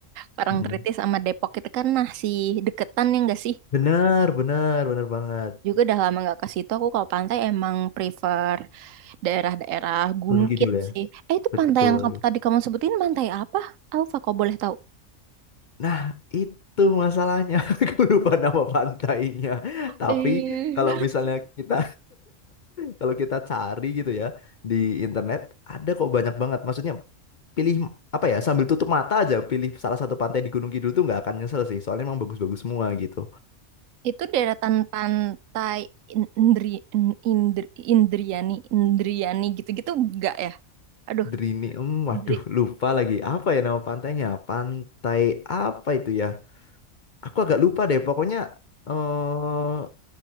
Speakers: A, on the right; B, on the left.
A: Parangtritis
B: Mm-mm.
A: sama Depok itu kan masih deketan ya nggak sih?
B: Benar, benar, benar banget.
A: Juga udah lama nggak ke situ. Aku kalau pantai emang prefer daerah-daerah gunkit
B: Gunung Kidul ya.
A: sih. Eh itu
B: Betul.
A: pantai yang kamu- tadi kamu sebutin pantai apa? Alfa kok boleh tahu?
B: Nah, itu masalahnya. <laughs> Aku lupa nama pantainya. Tapi
A: Eh,
B: kalau misalnya kita kalau kita cari gitu ya di internet ada kok banyak banget. Maksudnya pilih apa ya sambil tutup mata aja pilih salah satu pantai di Gunung Kidul tuh nggak akan nyesel sih. Soalnya emang bagus-bagus semua gitu.
A: Itu deretan pantai In- Indri, In- Indri, Indriani, Indriani gitu-gitu enggak ya? Aduh,
B: Drini, em, waduh
A: Indri.
B: lupa lagi apa ya nama pantainya? Pantai apa itu ya? Aku agak lupa deh. Pokoknya eh